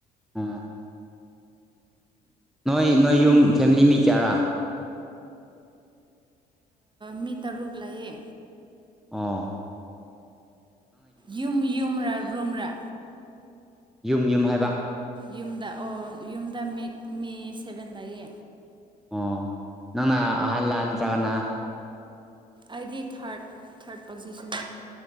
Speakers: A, in the centre; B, on the right.
A: ꯑꯥ ꯅꯣꯏ ꯅꯣꯏ ꯌꯨꯝ ꯐꯦꯃꯤꯂꯤ ꯃꯤ ꯆꯔꯥ
B: ꯃꯤ ꯇꯔꯨꯛ ꯂꯩꯌꯦ
A: ꯑꯥ
B: ꯌꯨꯝ ꯌꯨꯝ ꯔꯥ ꯌꯨꯝ꯭ꯔꯥ
A: ꯌꯨꯝ ꯌꯨꯝ ꯍꯥꯏꯕ
B: ꯌꯨꯝꯗ ꯑꯣ ꯌꯨꯝꯗ ꯃꯤ ꯃꯤ ꯁꯚꯦꯟꯗꯌꯦ
A: ꯑꯣ ꯅꯪꯅ ꯑꯍꯜꯂꯅ ꯇꯥꯒꯅ
B: ꯑꯩꯗꯤ ꯊꯥꯔꯠ ꯊꯥꯔꯠ ꯄꯣꯖꯤꯁꯟꯅꯦ